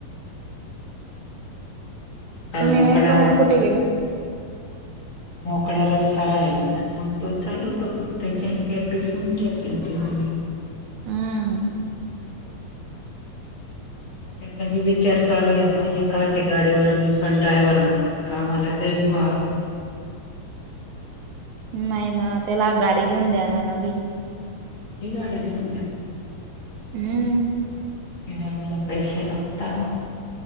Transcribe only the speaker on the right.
तुम्ही
नाही का मग कुठे गेले?
हम्म!
नाही ना त्याला गाडी घेऊन द्या ना नवीन.
हम्म!